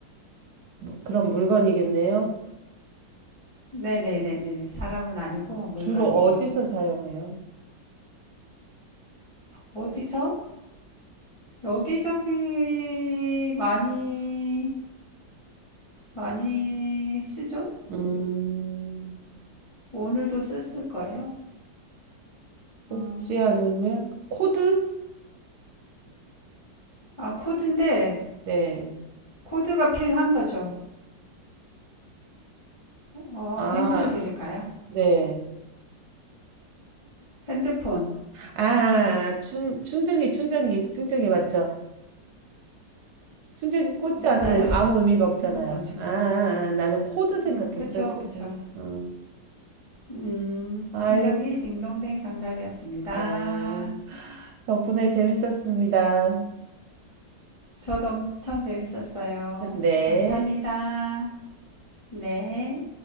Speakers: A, on the right; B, on the left.
A: 뭐, 그럼 물건이겠네요.
B: 네네네네. 사람은 아니고 물건이에요.
A: 주로 어디서 사용해요?
B: 어디서? 여기저기 많이, 많이 쓰죠?
A: 음.
B: 오늘도 썼을 거예요.
A: 꽂지
B: 어,
A: 않으면 코드?
B: 아, 코드인데,
A: 네.
B: 코드가 필요한 거죠. 어,
A: 아,
B: 힌트를 드릴까요?
A: 네.
B: 핸드폰을,
A: 아, 충, 충전기, 충전기, 충전기 맞죠? 충전기 꽂지
B: 맞아요.
A: 않으면 우- 아무 의미가
B: <laughs>
A: 없잖아요.
B: 핸드폰 충,
A: 아, 아, 아, 나는 코드
B: 음,
A: 생각했어요,
B: 그쵸,
A: 코드.
B: 그쵸.
A: 음.
B: 음,
A: 아이고,
B: 충전기 딩동댕 정답이었습니다.
A: 아, 덕분에 재밌었습니다.
B: 저도 엄청 재밌었어요.
A: 네.
B: 감사합니다. 네.